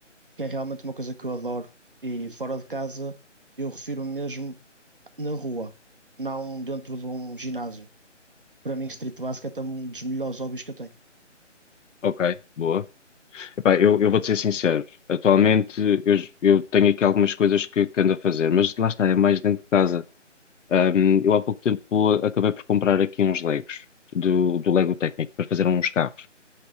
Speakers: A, on the right; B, on the left.
A: que é realmente uma coisa que eu adoro. E fora de casa, eu refiro mesmo. na rua, não dentro de um ginásio. Para mim, street basket é um dos melhores hobbies que eu tenho.
B: Ok, boa. Epá, eu, eu vou-te ser sincero. Atualmente eu, eu tenho aqui algumas coisas que, que ando a fazer, mas lá está, é mais dentro de casa. Ahm, eu há pouco tempo acabei por comprar aqui uns Legos do, do Lego Técnico para fazer uns carros.